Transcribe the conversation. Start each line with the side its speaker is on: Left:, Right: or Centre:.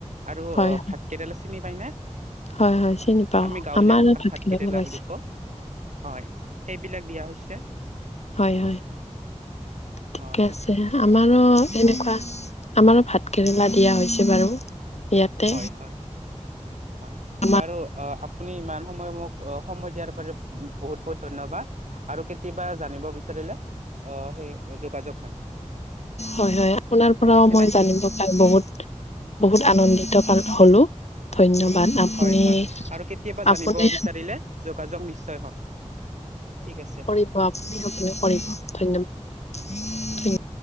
Right: আৰু
Left: হয়
Right: অ
Left: হয়
Right: ভাতকেইডালো চিনি পায়নে
Left: হয় হয় চিনি পাওঁ
Right: আমি গাঁৱলীয়া
Left: আমাৰ
Right: ভাষাত
Left: ভাতকেৰেলা
Right: ভাতকিদেলা
Left: লগাইছে
Right: বুলি কওঁ হয় সেইবিলাক দিয়া হৈছে
Left: হয় হয় ঠিকে
Right: অ ঠিক
Left: আছে আমাৰো এনেকুৱা
Right: অ
Left: আমাৰ ভাতকেৰেলা দিয়া হৈছে বাৰু ইয়াতে
Right: হয় হয় হয়
Left: আমাৰ
Right: বাৰ আপুনি ইমান সময় মোক সময় দিয়াৰ বাবে বহুত বহুত ধন্যবাদ আৰু কেতিয়াবা জানিব বিচাৰিলে আহ সেই যোগাযোগ হম
Left: হয় হয় আপোনাৰ পৰাও
Right: বুজিছেনে
Left: মই জানিব তাম বহুত বহুত আনন্দিত পাল হলো ধন্যবাদ আপুনি
Right: হয় হয় আৰু কেতিয়াবা
Left: আপুনি
Right: জানিব বিচাৰিলে যোগাযোগ নিশ্চয় হম ঠিক আছে
Left: ু কৰিব ধন্যবাদ ধনাদ